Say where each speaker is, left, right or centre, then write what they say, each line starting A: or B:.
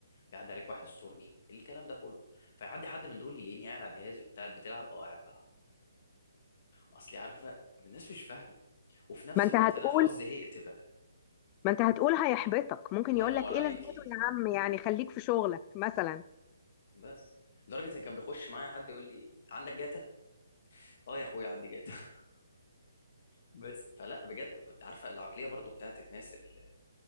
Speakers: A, on the left (about 45°); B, on the left (about 25°).
A: بيعدي عليك واحد استورجي الكلام ده كله فيعدي حد من دول يلاقيني قاعد على جهازي وقلت قاعد بتلعب أه قاعد بلعب أصلي عارفة الناس مش فاهمة وفي نفس
B: ما انت
A: الوقت
B: هتقول
A: أنا خلاص زهقت بقى
B: ما انت هتقول هيحبطك ممكن
A: الله
B: يقول
A: ينور
B: لك ايه
A: عليكي
B: لازمته يا عم يعني خليك في شغلك مثلا
A: بس لدرجه ان كان بيخش معايا حد يقول لي عندك جاتا اه يا اخويا عندي جاتا <laughs> بس فلا بجد كنت عارفه العقليه برضو بتاعت الناس ال-